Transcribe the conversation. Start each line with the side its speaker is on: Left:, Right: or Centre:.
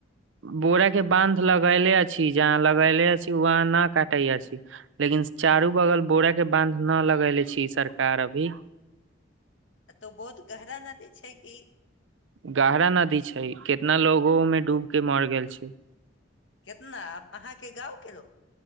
Right: बोरा के बानध लगैले अछी जहाँ लगैले अछी वहाँ न काटै अछी लेकिन चारू बगल बोरा के बानध न लगेले छी सरकार अभी
Left: तऽ बहुत गहरा नदी छै कि
Right: गहरा नदी छै कितना लोगो मे डूब के मर गेल छै
Left: केितना अहााँके गाँव के लोक